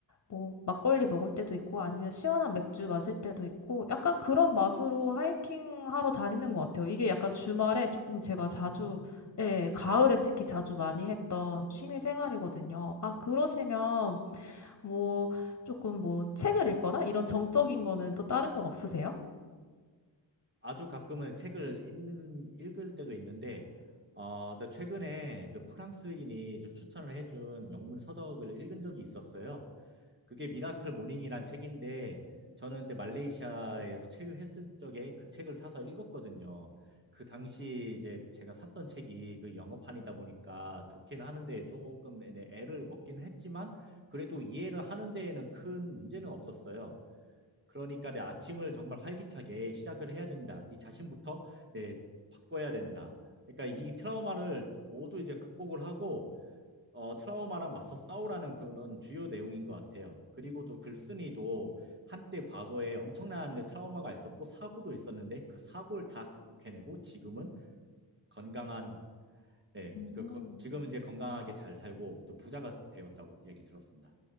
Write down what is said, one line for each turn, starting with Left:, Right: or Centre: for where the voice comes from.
Left: 뭐 막걸리 먹을 때도 있고 아니면 시원한 맥주 마실 때도 있고 약간 그런 맛으로 하이킹 하러 다니는 것 같아요. 이게 약간 주말에 조금 제가
Right: 음,
Left: 자주 예, 가을에 특히 자주 많이 했던 취미 생활이거든요. 아, 그러시면 뭐 조금 뭐 책을 읽거나 이런 정적인 거는 또 다른 거 없으세요?
Right: 아주 가끔은 책을 읽는, 읽을 때도 있는데, 어, 나 최근에 그 프랑스인이 이제 추천을 해준 영문 서적을 읽은 적이 있었어요. 그게 미라클 모닝이란 책인데 저는 그때 말레이시아에서 체류했을 적에 그 책을 사서 읽었거든요. 그 당시 이제 제가 샀던 책이 그 영어판이다 보니까 독해를 하는 데 조금 애- 애를 먹기는 했지만 그래도 이해를 하는 데에는 큰 문제는 없었어요. 그러니까 내 아침을 정말 활기차게 시작을 해야 된다. 네 자신부터 예, 바꿔야 된다. 그러니까 이 트라우마를 모두 이제 극복을 하고 어, 트라우마랑 맞서 싸우라는 그런 주요 내용인 것 같아요. 그리고 또 글쓴이도 한때 과거에 엄청난 트라우마가 있었고 사고도 있었는데 그 사고를 다 극복해내고 지금은 건강한, 예,
Left: 음.
Right: 그, 거- 지금은 이제 건강하게 잘 살고 또 부자가 되었다고 얘기 들었습니다.